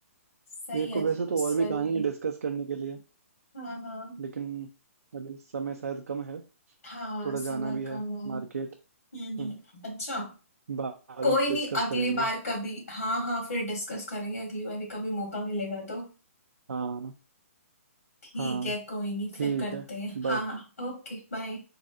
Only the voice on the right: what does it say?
ये
को वैसे
तो और भी
कहानी है डिस्कस करने के लिए
लेकिन अभी समय शायद कम है
थोड़ा
जाना भी है
मार्केट
हम्म,
बाद
में
डिस्कस
करेंगे
हाँ
हाँ
ठीक
है
बाय